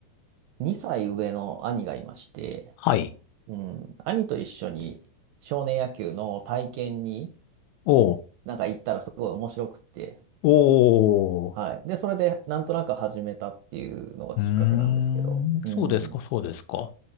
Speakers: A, on the right; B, on the left.
A: 2歳上の兄がいまして、
B: はい。
A: うん。兄と一緒に少年野球の体験に
B: おう。
A: なんか行ったらすごい面白くって、
B: おー。
A: はい。で、それで、なんとなく始めたっていうのがきっかけなんですけど。
B: うーん、
A: うん。
B: そうですか、そうですか。